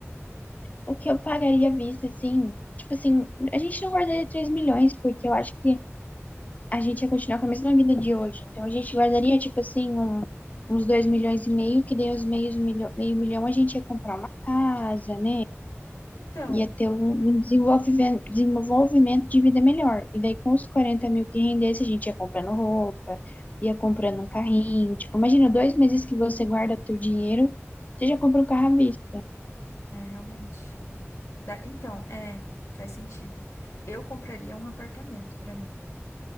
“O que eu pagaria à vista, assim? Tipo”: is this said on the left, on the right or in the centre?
Left